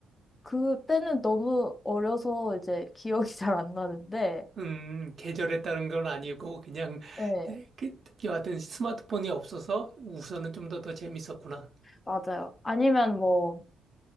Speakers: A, on the left; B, on the right.
A: 그때는 너무 어려서 이제 기억이 <laughs> 잘 안 나는데,
B: 음, 계절에 따른 건 아니고 그냥
A: 네,
B: <laughs> 그- 여하튼 스마트폰이 없어서 우선은 좀 더 더 재밌었구나.
A: 맞아요. 아니면 뭐